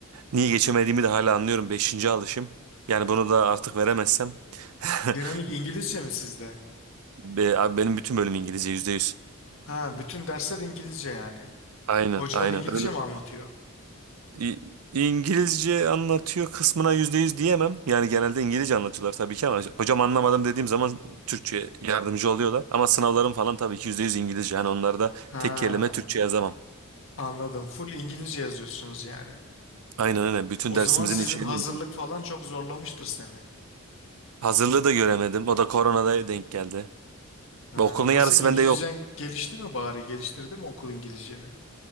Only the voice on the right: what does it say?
Niye geçemediğimi de hala anlıyorum. Beşinci alışım. Yani bunu da artık veremezsem. <laughs>
Be- abi benim bütün bölüm İngilizce yüzde yüz.
Aynen
aynen.
Öyle.
İ- İngilizce anlatıyor kısmına yüzde yüz diyemem. Yani genelde İngilizce anlatıyorlar tabii ki ama hocam anlamadım dediğim zaman Türkçe yardımcı oluyorlar. Ama sınavlarım falan tabii ki yüzde yüz İngilizce. Yani onlarda
tek kelime Türkçe yazamam.
Aynen öyle. Bütün
dersimizin
içeriği.
Hazırlığı da göremedim. O da koronada denk geldi.
Ve Okulun
yarısı
bende yok.